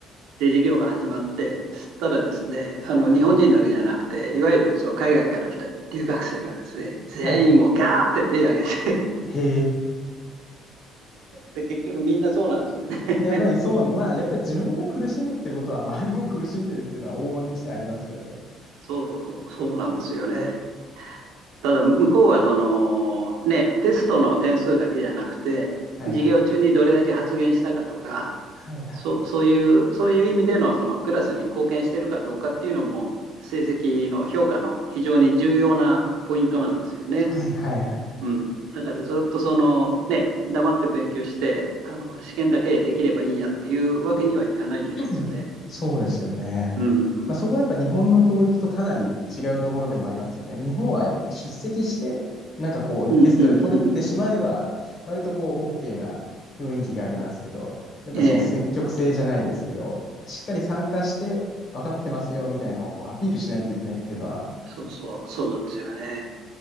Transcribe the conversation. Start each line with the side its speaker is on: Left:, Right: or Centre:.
Right: で、授業が始まって、そしたらですね、あの、日本人だけじゃなくて、いわゆるそう海外から来た留学生がですね、全員もうガーンって手を挙げて
Left: はいはいはい。
Right: <laughs>
Left: へ
Right: で、結局みんなそうなんですよね。
Left: ー。やっぱりそう、まあやっぱり自分が苦しむってことは周りも苦しんでるっていうのは往々にしてありますよね。
Right: そうそうそう、そうなんですよね。ただ、向こうはその、
Left: ね
Right: ね、テストの点数だけじゃなくて、
Left: はいはい。
Right: 授業中にどれだけ発言したかとか、
Left: はいはい。
Right: そそういうそういう意味でのそのクラスに貢献してるかどうかっていうのも成績の評価の非常に重要なポイントなんですよね。
Left: はいはいはいはい。
Right: うん。だからずっとそのね、黙って勉強して、あの、試験だけできればいいやっていうわけにはいかないんでですね。
Left: うんうんそうですよね。
Right: うん。うん
Left: まあ、そこはやっぱ日本の教育とかなり違うところでもありますよね。日本はやっぱり出席して、なんかこうテストで取れてしまえば、
Right: うんうん。
Left: 割とこう OK な雰囲気がありますけど、やっぱその積極性じゃないですけど、
Right: ええ。
Left: しっかり参加して分かってますよみたいのをこうアピールしないといけないっていうのは、
Right: そうそう、そうなんですよね。